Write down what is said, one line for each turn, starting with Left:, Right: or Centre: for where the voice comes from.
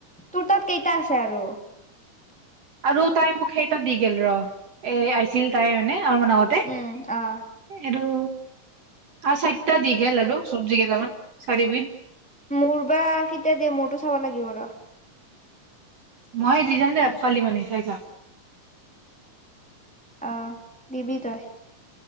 Centre: তোৰ তাত কেইটা আছে আৰু
Right: আৰু তাই মোক সেই তাত দি গল ৰ এ আহিছিল তাই মানে আৰু ম আগতে
Centre: উম অ
Right: আৰু চাৰিটা দি গেল আৰু চব্জি কেইটামান চাৰিবিধ
Centre: মোৰ বা কেতিয়া দিয় মোৰটো চাব লাগিব <unintelligible>
Right: মইে দি যাম দে কোৱালি মানে চাই থাক
Centre: আহ দিবি তই